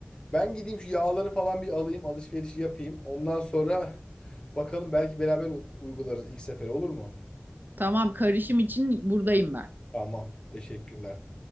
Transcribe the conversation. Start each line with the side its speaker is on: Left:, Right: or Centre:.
Left: Ben gideyim şu yağları falan bir alayım, alışverişi yapayım. Ondan sonra <laughs> bakalım belki beraber u- uygularız ilk sefer olur mu?
Right: Tamam karışım için buradayım ben.
Left: Tamam. Teşekkürler.